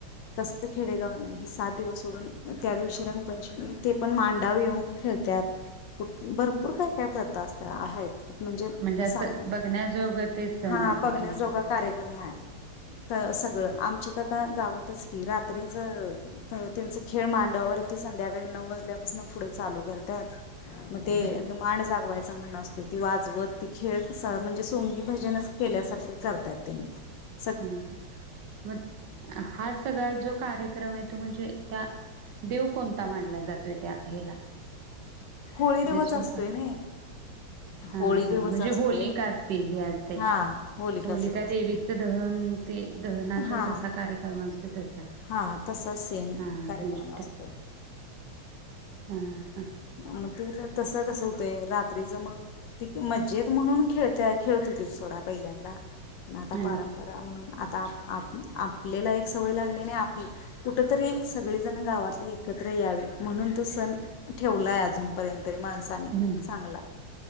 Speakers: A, on the left; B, on the right.
A: तसल खेडेगाव नाही. सात दिवस सोडून, त्या दिवशी रंगपंचमी ते पण मांडाव येऊन खेळत्यात. कुठ भरपूर काय काय प्रथा असत्याय हायत. म्हणजे
B: असं
A: सांग म
B: बघण्याजोगं ते सण
A: हा
B: असेल
A: बघण्याजोगा
B: तुमच्या इकडे
A: कार्येक्र मय सगळं आमच्यात आता गावातच कि रात्रीच तर त्यांचा खेळ मांडवावरती संध्याकाळी नऊ वाजल्यापासन पुढे चालू करत्यात. मग ते
B: हा
A: मांड जागवायचा म्हणून असतोय ती वाजवत ती खेळ कस म्हणजे सोंगी भजनच केल्यासारखं करतात तेनी. <inaudible>
B: हम्म मग हा सगळा जो कार्यक्रम आहे तो म्हणजे त्या देव कोणता मानला जातोय त्या हेला? <inaudible>
A: होळी देवच
B: जो
A: असतोय
B: हा
A: नाही.
B: हा
A: होळी देवच
B: हा म्हणजे
A: असतोय
B: होलिकाच ती हे असते
A: हा. होलिकाचच
B: होलिका
A: असते.
B: देवीच दहन ते दहनाचा
A: हा.
B: जसा कार्यक्रम असतोय तसा.
A: हा तसाच सेम
B: हा
A: कार्यक्रम
B: म्हणजे
A: असतोय.
B: हां हा.
A: मग तर तस कसं होतंय रात्रीच मग ती मज्जेत म्हणून खेळत खेळत होती सोडा पहिल्यांदा पण आता
B: हा
A: पारं परंपरा म्हणून आता आ आपल्याला एक सवय लागलीय अन आपली कुठतरी सगळीजण गावातली एकत्र यावी. म्हणून तो सण ठेवलाय अजूनपर्यंत तरी माणसानी
B: म्हण
A: चांगला.